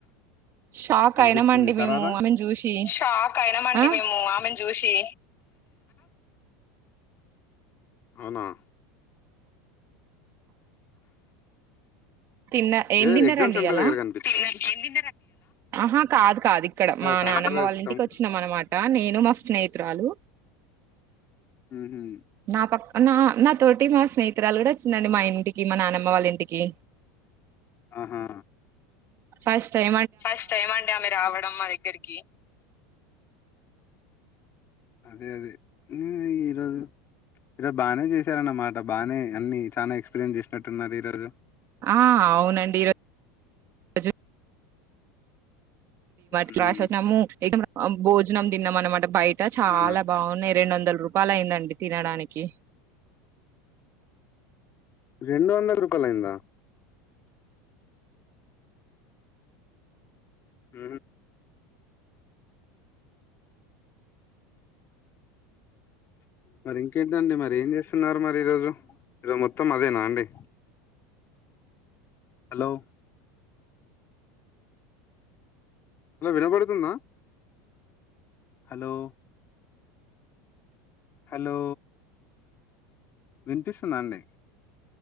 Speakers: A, on the right; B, on the left.
A: షాక్
B: కనిపించింది
A: అయినామండి
B: తర్వాదా
A: మేము ఆమెను చూసి
B: షాక్ అయినండి
A: ఆ
B: మేముమె అనా
A: తిన్న ఏం
B: ఏ
A: తిన్నారండి
B: ఎక్జామ్ సెంటర్
A: ఇయ్యాల
B: దగర కనిపి ఎల్లి
A: ఆహా కాదు కాదు ఇక్కడ మా
B: టమాటా
A: నానమ్మ
B: రైస్
A: వాళ్ళ ఇంటికి
B: టమ్-
A: వచ్చినాం అనమాట నేను మా స్నేహి త్రాలు
B: మ్హూ.
A: నాపక్ నా నాతోటి మా స్నేహితురాలు కూడా వచ్చిందండి మా ఇంటికి మా నానమ్మ వాళ్ళ ఇంటికి
B: ఆహా
A: ఫస్ట్ టై
B: ఫస్ట్ ఏమ అండి ఆమె రావడం మా దగ్గరికి అదే అదే ఈరోోజు ఈరోజు బాగానే చేశారన్నమాట బాగానే అన్ని చాలా ఎక్స్పీరియన్స్ చేసినట్టున్నారు ఈ రోజు
A: ఆ అవునండి ఈరోజ
B: హ్మ్
A: క్రాష్ వచ్చిన భోజనం తిన్నాం అనమాట బయట ఇ చాలా
B: ఆ
A: బాగున్నాయి రెండు వందల రూపా పప్పాలయిందండి తినడానికి
B: రెండు వందల రూపాయలయిందా హ మరి ఇంకేంటండి మరి ఏం చేస్తున్నారు మరి ఈరోజు ఈరోజు మొత్తం అదేనా అండి హలోలో అలా వినపడుతుందా హలో హలో వినిపిస్తుందండి